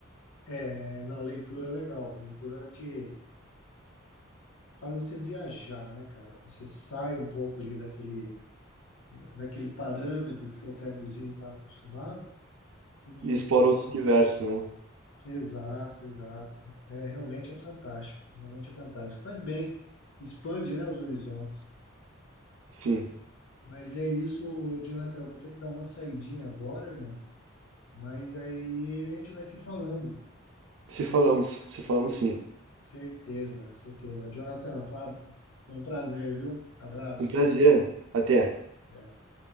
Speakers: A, on the left; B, on the right.
A: é, não, leitura é legal. Leitura te, faz você viajar, né, cara? Você sai um pouco ali daquele, daquele parâmetro que seu cérebrozinho está acostumado. E
B: E explorar outros universos, né?
A: exato, exato. É, realmente é fantástico, realmente é fantástico. Faz bem, expande, né, os horizontes.
B: Sim.
A: Mas é isso, ô, Jonathan, eu vou ter que dar uma saidinha agora, irmão. Mas aí a gente vai se falando.
B: Se falamos, se falamos sim.
A: Certeza, certeza. Jonathan, foi, uma- foi um prazer, viu? Abraço.
B: Um prazer. Até.
A: É.